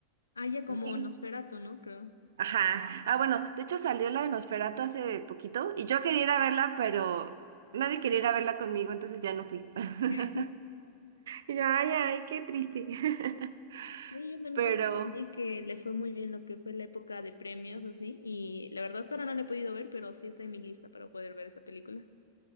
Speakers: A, on the left; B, on the right.
A: Ah, ya como
B: Y-
A: Nosferatu,
B: <laughs>
A: ¿no? Creo.
B: Ajá. Ah, bueno, de hecho salió la de Nosferatu hace poquito y yo quería ir a verla, pero nadie quería ir a verla conmigo, entonces ya no fui. <laughs>
A: <laughs>
B: Y yo, ay, ay, qué triste. <laughs>
A: Sí, yo también
B: Pero...
A: vi que le fue muy bien lo que fue la época de premios, así, y la verdad hasta ahora no la he podido ver, pero sí está en mi lista para poder ver esa película.